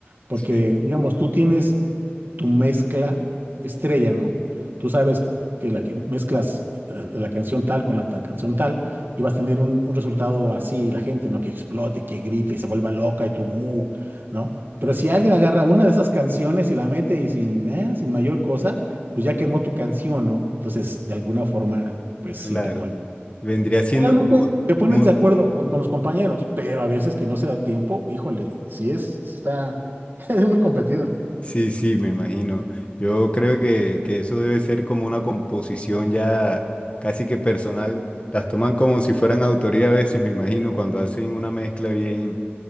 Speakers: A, on the right; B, on the left.
A: Porque,
B: Sí.
A: digamos, tú tienes tu mezcla estrella, ¿no? Tú sabes que la que mezclas eh, la canción tal con la tan- canción tal y vas a tener un, un resultado así, la gente, ¿no? Que explote, que grite y se vuelva loca y tu "Bú", ¿no? Pero si alguien agarra una de esas canciones y la mete y sin, eh, sin mayor cosa, pues ya quemó tu canción, ¿no? Entonces, de alguna forma, pues sí
B: Claro.
A: te molesta.
B: Vendría siendo
A: Realmente
B: como,
A: te pones
B: como,
A: de acuerdo con, con los compañeros, pero a veces que no se da tiempo, híjole, sí es, está, <laughs> es muy competido.
B: Sí, sí, me imagino. Yo creo que, que eso debe ser como una composición ya casi que personal. Las toman como si fueran autoría a veces, me imagino, cuando hacen una mezcla bien,